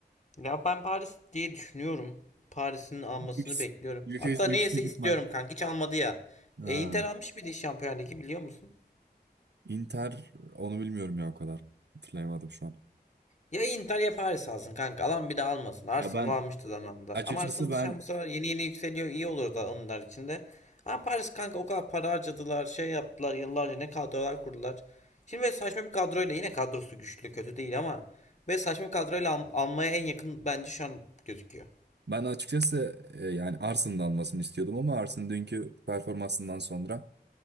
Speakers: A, on the left (about 45°); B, on the right (about 80°).
A: Ya ben Paris diye düşünüyorum. Paris'in almasını
B: Yüks-
A: bekliyorum.
B: Yüksek,
A: Hatta
B: yüksek
A: neyse istiyorum
B: ihtimal.
A: kanka hiç almadı ya.
B: Ha.
A: E, Inter almış bir de Şampiyon Ligi biliyor musun?
B: Inter onu bilmiyorum ya o kadar. Hatırlayamadım şu an.
A: Ya Inter ya Paris alsın kanka. Alan bir de almasın. Arsenal
B: Ya ben
A: almıştı zamanında.
B: açıkçası
A: Ama Arsenal
B: ben
A: şu an bu sefer yeni yeni yükseliyor. İyi olur da onlar için de. Ama Paris kanka o kadar para harcadılar. Şey yaptılar yıllarca ne kadrolar kurdular. Şimdi böyle saçma bir kadroyla yine kadrosu güçlü kötü değil ama böyle saçma bir kadroyla al- almaya en yakın bence şu an gözüküyor.
B: Ben açıkçası e, yani Arsen'ın da almasını istiyordum ama Arsen'ın dünkü performansından sonra